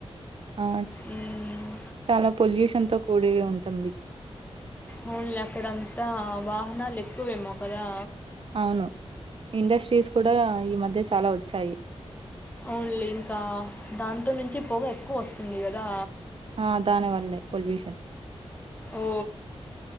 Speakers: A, on the right; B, on the left.
A: అ
B: హ్మ్.
A: చాలా పొల్యూషన్ తో కూడి ఉం తంది
B: అవునులే అక్కడంతా వాహనాలు ఎక్కువేమో కదా
A: అవును ఇండస్ట్రీస్ కూడా ఈ మధ్య చాలా వ చఐ
B: ఓన్లీ ఇంకా దాంతో నుంచి పొగ ఎక్కువ వస్తుంది కదా
A: ఆ దాన వల్లె పొల్యూషన్
B: ఓ